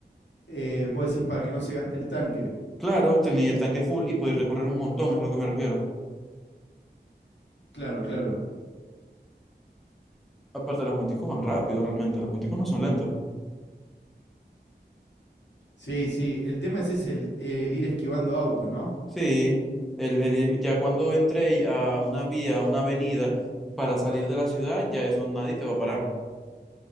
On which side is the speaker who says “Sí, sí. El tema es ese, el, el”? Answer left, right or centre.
Left